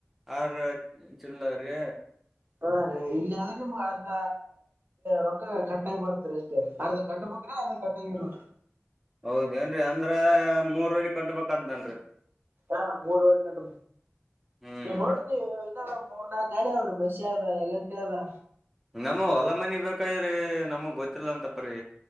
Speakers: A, in the centre; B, on the right (about 50°).
A: ಆರ ಚಿಲ್ಲ ರೀ
B: ಹಾ ರೇ ಇಲ್ಲಿ ಆದ್ರೆ ರೀ ನಿಮ್ಗ್ ಅರ್ಧ ರೊಕ್ಕ ಕಟ್ಟಾಗಿ ಬರುತ್ತೇರಿ ಅರ್ಧ ಕಟ್ಟ ಬೇಕರಿ ಅರ್ಧ ಕಟ್ಟಂಗಿಲ್ಲ
A: ಹೌದೇನ್ರೀ ಅಂದ್ರೆ ಅರ್ಧ ಮೂರುವರೆ ಕಟ್ಟಬೇಕೇನ್ರಿ
B: ಹಾ ಮೂರ್ವರೆ ಕಂಡಿ
A: ಹ್ಮ್
B: ನೀ ನೋಡ್ರಿ
A: ರೀ.
B: ನೀವು ಮೂರ್ ನಾಕು ಗಾಡಿ ಅವರು ಮಷಿ ಇದೆ ಎಲ್ ಅಂಡ್ ಟಿ ಇದೆ
A: ನಮ್ಮ ಹೊಲ ಮನೆ ಬೇಕಾದ್ರಿ ನಮಗ್ ಗೊತ್ತಿಲ್ಲ ಅಂತಪ್ಪ್ರಿ